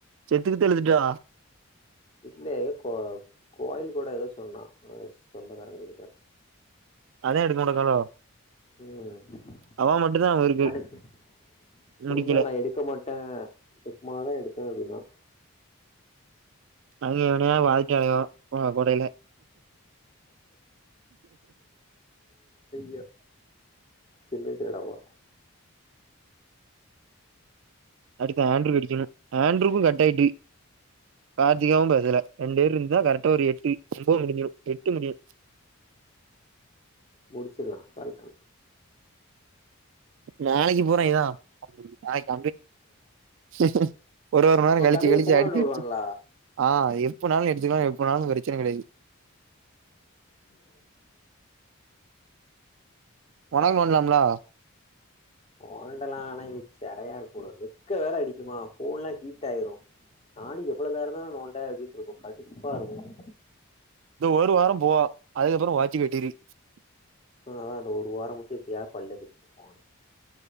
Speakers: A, on the right; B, on the left.
A: செத்து கித்து எழுதுட்டுா
B: இத்லே கோ கோயில் கூட ஏதோ சொன்னா அ சொந்தக்காரங்க இருக்க
A: அதா எடுக்க மாட்டக்காளோ
B: உம் <unintelligible>
A: அவ மட்டுந்தா இருக்கு
B: க்கு சொன்ன
A: முடிக்கல
B: டா எடுக்க மாட்டே எப்பமாதா எடுப்பே அப்டினா
A: அங்க இவனையா வாழ்க்கை அடம் கோடையில
B: யோ தம தேட போா
A: அடுத்து ஆண்ட்ரு அடிக்கணு ஆண்ட்ருூக்கு கட் ஆயிட்டு கார்த்திகாவும் பேசல ரெண்டு வேருந்தா இருந்தா கரெக்டா ஒரு எட்டு ஒன்ம்பது முடிஞ்சும் எட்டு முடிும்
B: முடிச்சிட்லா அசால்ட்டா
A: நாளைக்கு போறே இதா நாளைக் <unintelligible> ஒரு ஒரு வார
B: இப்ப
A: கழிச்சு
B: கம்மில
A: கழிச்சு
B: ஃபோன்
A: அடிச்சிறுச்சு
B: நோண்ட விடுவாங்களா
A: ஆ எப்பனாலு எடுத்துக்கலா எப்பனாலு பிரச்சனை கெடையாது
B: <inaudible>
A: <unintelligible>
B: ஓண்டெலா ஆனங்கி சிறையா இருக்க கூடும் வெக்க வேற அடிக்குமா போன்ல்லாம் ஹீட் ஆயிடு நானு எவ்ளோ நேர தா நோண்ட அப்டின்ருக்கு கடுப்பா இருக்கு
A: இந்த ஒரு வார போவா அதுக்கப்புற <unintelligible>
B: அ ஆ அந்த ஒரு வார மட்டு எப்டியா பல்ல கடிச்சிட் போ <unintelligible>